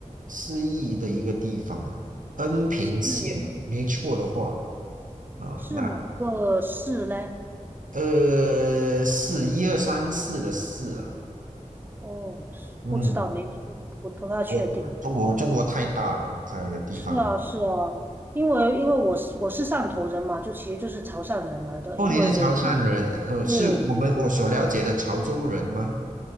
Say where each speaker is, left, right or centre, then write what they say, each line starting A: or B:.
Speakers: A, on the right (about 80°); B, on the right (about 15°).
A: 四邑的一个地方啊，恩平县啊，
B: 是嗯，
A: 没错的话啊，
B: 是哪个市嘞？
A: 那呃四一二三四的四啊。
B: 哦，
A: 嗯，
B: 不知道，没听，不不太确定。
A: 我中国中国太大了，在那个地方。
B: 是啊，是啊，因为因为我是我是汕头人嘛，就其实就是潮汕人来的，
A: 哦，
B: 因为我
A: 你是潮汕人，呃，
B: 是
A: 是我们我所了解的潮州人吗？